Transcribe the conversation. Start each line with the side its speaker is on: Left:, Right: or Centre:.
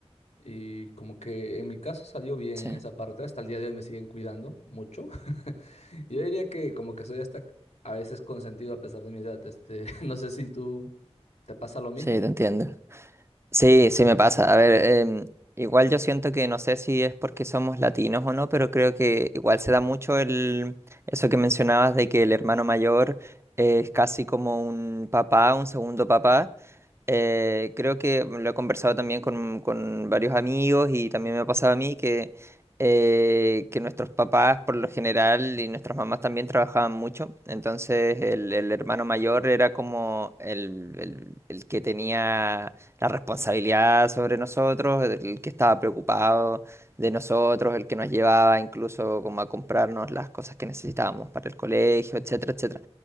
Left: Y como que en mi caso salió bien
Right: Sí,
Left: esa parte, hasta el día de hoy me siguen cuidando mucho. <laughs> Yo diría que como que soy hasta a veces consentido a pesar de mi edad. Este, <laughs> no sé si tú te pasa lo mismo.
Right: sí, te entiendo. Sí, sí me pasa. A ver, em, igual yo siento que no sé si es porque somos latinos o no, pero creo que igual se da mucho el eso que mencionabas de que el hermano mayor eh, es casi como un papá, un segundo papá. Eh, creo que lo he conversado también con, con varios amigos y también me ha pasado a mí que, eh, que nuestros papás por lo general y nuestras mamás también trabajaban mucho. Entonces el, el hermano mayor era como el, el el que tenía la responsabilidad sobre nosotros, el que estaba preocupado de nosotros, el que nos llevaba incluso como a comprarnos las cosas que necesitábamos para el colegio, etcétera, etcétera.